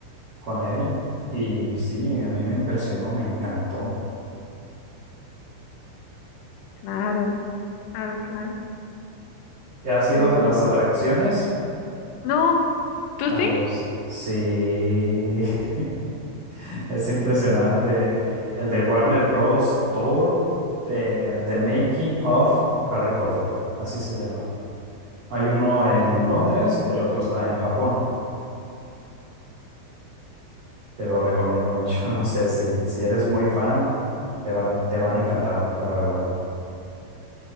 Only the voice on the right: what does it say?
con él. Y sí, a mí me impresionó, me encantó.
Ha sido
las
atracciones.
A
los... Sí, <laughs> es impresionante. El de Warner Bros. Tour de The Making of Harry Potter. Así se llama. Hay uno en Londres, el otro está en Japón. Te lo recomiendo mucho. <laughs> No sé si, si eres muy fan, te van, te van a encantar, la verdad.